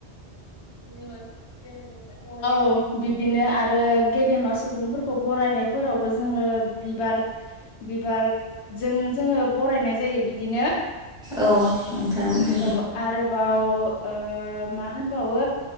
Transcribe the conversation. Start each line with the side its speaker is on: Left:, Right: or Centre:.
Left: <unintelligible> औ बिदिनो आरो गेदेमा सुबुंफोरखौ बरायनायफोरावबो जोङो बिबार बिबारजों जोङो बरायनाय जायो बिदिनो
Centre: औ नोंथां बे
Left: औ आरोबाव ओ मा होनबावो